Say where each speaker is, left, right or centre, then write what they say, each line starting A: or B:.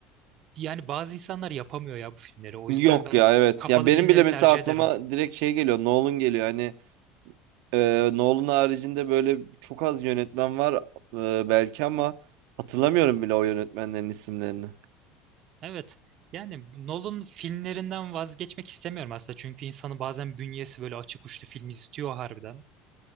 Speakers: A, on the right; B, on the right.
A: Yani bazı insanlar yapamıyor ya bu filmleri. O
B: Yok
A: yüzden ben
B: ya evet.
A: kapalı
B: Ya benim
A: filmleri
B: bile mesela
A: tercih
B: aklıma
A: ederim.
B: direkt şey geliyor. Nolan geliyor. Hani Ee, Nolan haricinde böyle çok az yönetmen var e, belki ama hatırlamıyorum
A: Hı hı.
B: bile o yönetmenlerin isimlerini.
A: Evet. Yani bu Nolan filmlerinden vazgeçmek istemiyorum aslında. Çünkü insanın bazen bünyesi böyle açık uçlu film istiyor harbiden.